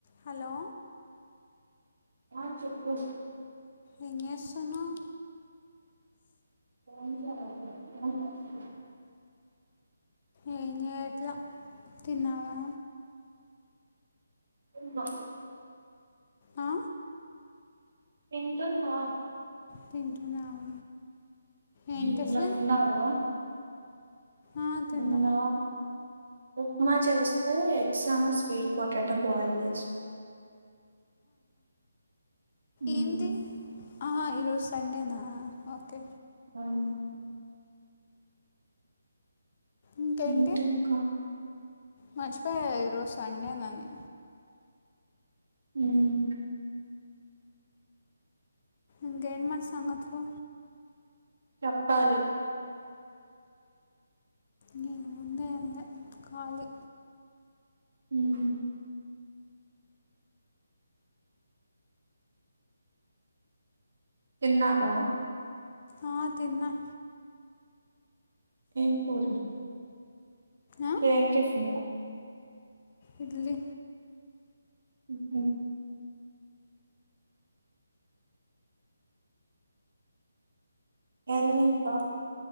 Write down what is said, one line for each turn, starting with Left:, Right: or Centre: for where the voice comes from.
Left: Hello.
Right: ఆ చెప్పు.
Left: ఏం చేస్తున్నావు?
Right: క <unintelligible>
Left: ఏం చేయట్లా. తిన్నావా?
Right: మ్ వా
Left: ఆ
Right: తింటున్నా.
Left: తింటున్నావా? ఏం
Right: ఏమన్నా
Left: టిఫిన్
Right: తిన్నావా?
Left: ఆ, తిన్నా
Right: నువ్వు తిన్నావా? ఉప్మా చేస్తే, ఎగ్స్ అను స్వీట్ పొటాటో బాయిల్ చేస్. మ్మ్,
Left: ఏందీ ఆ ఈరోజు సండేనా ఓకే.
Right: అవును
Left: ఇంకేంటి
Right: ఏంటింకా
Left: మర్చిపోయా ఈరోజు సండేనని.
Right: అమ్
Left: ఇంకా ఏంటి మరి సంగతులు
Right: చెప్పాలి.
Left: నీ ఉందే అంద కాళి
Right: ఉహుమ్ తిన్నావా.
Left: ఆ తిన్న
Right: ఏం కూరలు
Left: ఆ,
Right: చేయింజ్ చేసింది.
Left: ఇడ్లీ.
Right: ఉహు ఎంది ఇంకా.